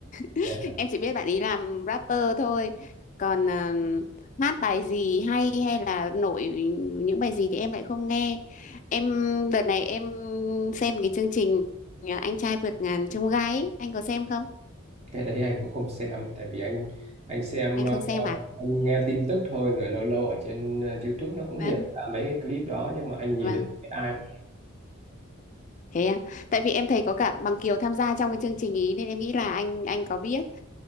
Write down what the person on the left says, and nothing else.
<laughs>
Em chỉ biết bạn ấy làm rapper thôi. Còn à, hát bài gì hay hay là nổi những bài gì thì em lại không nghe. Em đợt này em xem cái chương trình à, Anh trai vượt ngàn chông gai ấy. Anh có xem không?
Anh
không xem à?
Vâng,
vâng.
Thế à? Tại vì em thấy có cả Bằng Kiều tham gia trong cái chương trình ý nên em nghĩ là anh anh có biết.